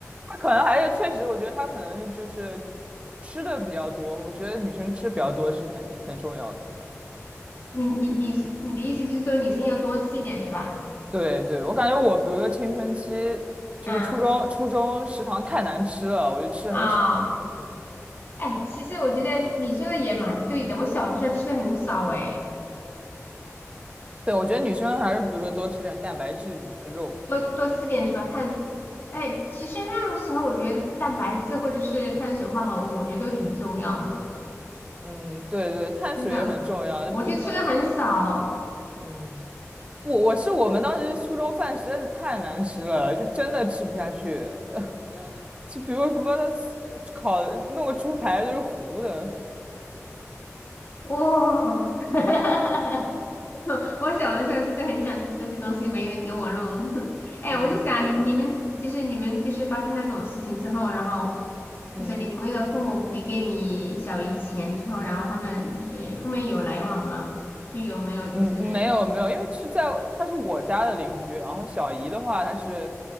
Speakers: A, on the right; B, on the left.
A: 他可能还是确实，我觉得他可能就是吃的比较多。我觉得女生吃比较多是很很重要的。
B: <laughs> 你你你是你的意思就是说女生要多吃一点是吧？
A: 对对，我感觉我比如说青春期，就是初中初中食堂太难吃了，
B: 嗯
A: 我就吃的很少。
B: 啊，
A: 嗯，
B: 哎，其实我觉得你说的也蛮对的，我小的时候吃的很少哎，
A: 对，我觉得女生还是比如说多吃点蛋白质什么的肉。
B: 多多吃点是吧？碳，哎，其实那个时候我觉得蛋白质或者是碳水化合物，我觉得都挺重要的，
A: 嗯，对对，碳水也很重要。
B: 真的，我就吃的很少，
A: 比如说，嗯，我我是我们当时初中饭实在是太难吃了，就真的吃不下去。<laughs> 就比如什么烤弄个猪排就是糊的，
B: 哦，<laughs> 我小的时候就是很想吃这些东西，没人给我弄，<laughs> 哎，
A: 嗯
B: 我就想你你们就是你们就是发生那种事情之后，然后
A: 嗯
B: 就是你朋友的父母赔给你小姨钱之后，然后他们就是后面有来往吗？就是有没有就是。
A: 嗯，没有没有，因为是在他是我家的邻居，然后小姨的话，她是